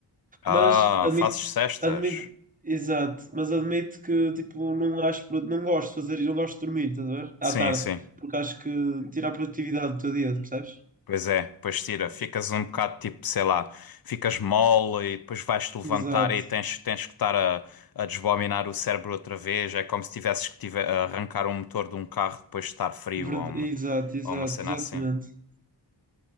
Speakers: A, on the left; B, on the right.
A: Ah,
B: Mas admito,
A: fazes cestas?
B: admito, exato, mas admito que tipo, não acho, pro- não gosto de fazer, não gosto de dormir, estás a ver? À
A: Sim,
B: tarde,
A: sim.
B: porque acho que tira a produtividade do teu dia, percebes?
A: Pois é, pois tira. Ficas um bocado tipo, sei lá, ficas mole e depois vais-te levantar
B: Exato,
A: e tens, tens que estar a, a desbominar o cérebro outra vez. É como se tivesses que tive, a arrancar um motor de um carro depois de estar frio
B: Verd-
A: ou uma,
B: exato, exato,
A: ou uma cena
B: exatamente.
A: assim.